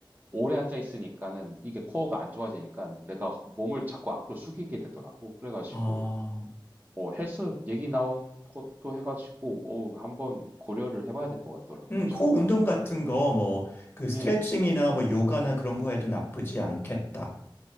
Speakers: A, on the right; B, on the left.
A: 오래 앉아 있으니까는 이게 코어가 안 좋아지니까 내가 몸을 자꾸 앞으로 숙이게 되더라고. 그래가지고
B: 아,
A: 어, 헬스 얘기 나온 것도 해가지고, 어, 한번 고려를 해봐야 될 것 같더라고,
B: 음,
A: 정말.
B: 코 운동 같은 거, 뭐, 그 스트레칭이나
A: 음,
B: 뭐 요가나 그런 거 해도 나쁘지 않겠다.